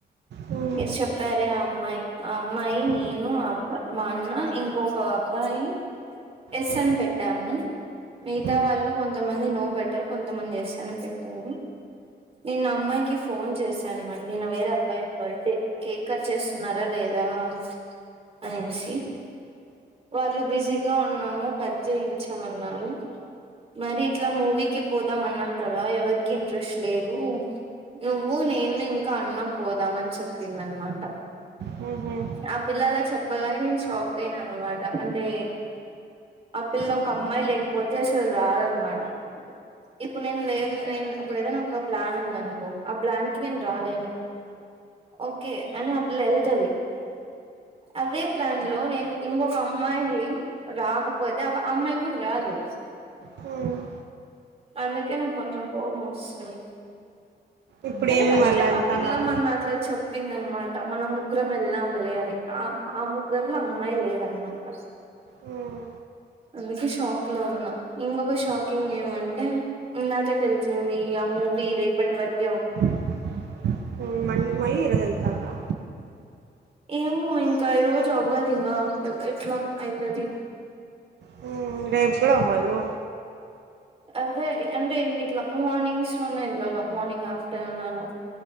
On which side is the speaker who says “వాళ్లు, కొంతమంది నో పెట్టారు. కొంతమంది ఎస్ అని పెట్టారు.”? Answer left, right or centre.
Right